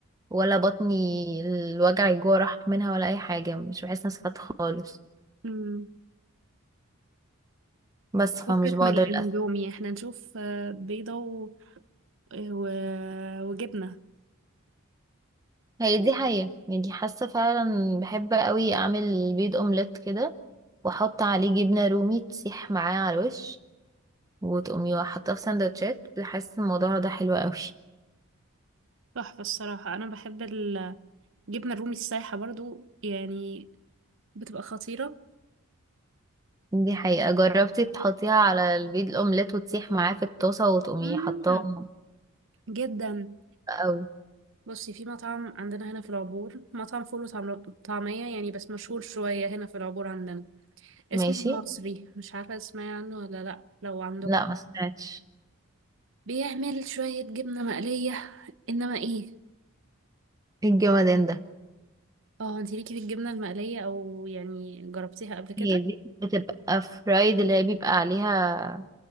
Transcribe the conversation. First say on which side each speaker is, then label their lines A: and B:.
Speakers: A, on the right; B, on the right.
A: ولا بطني الوجع الجوع راح منها ولا اي حاجه مش بحس نفسي فات خالص
B: امم
A: بس فمش
B: فكك
A: بقدر
B: من الاندومي
A: للاسف
B: احنا نشوف آه، بيضة و... و... وجبنة
A: هي دي حقيقه يعني حاسه فعلا بحب قوي اعمل بيض اومليت كده واحط عليه جبنه رومي تسيح معاه على الوش وتقومي حاطاه في سندوتشات بحس الموضوع ده حلو قوي
B: تحفة الصراحة انا بحب الجبنة الرومي السايحة برضو يعني بتبقى خطيرة
A: دي حقيقه جربتي تحطيها على البيض الاومليت وتسيح معاه في الطاسه وتقومي
B: مم.
A: حطاهم
B: جدا
A: قوي
B: بصي في مطعم عندنا هنا في العبور مطعم فول وطعم- وطعمية يعني بس مشهور شوية هنا في العبور عندنا اسمه
A: ماشي
B: المصري مش عارفة تسمعي عنه ولا لأ لو عندكم
A: لا ما سمعتش
B: بيعمل شوية جبنة مقلية إنما إيه
A: إيه الجمدان ده
B: اه انتي ليكي في الجبنة المقلية أو يعني جربتيها قبل كده
A: هي دي بتبقى فرايد اللي هي بيبقى عليها